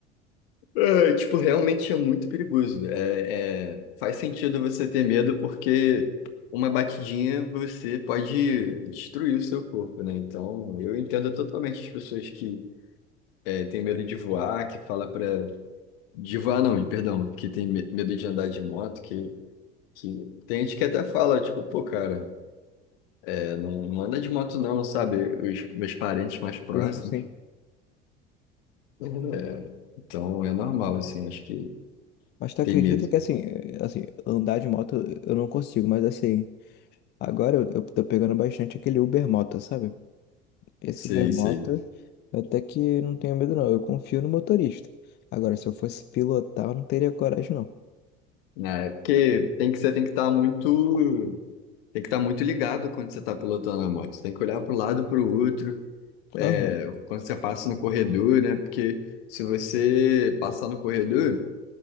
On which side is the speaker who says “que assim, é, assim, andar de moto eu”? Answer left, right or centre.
Left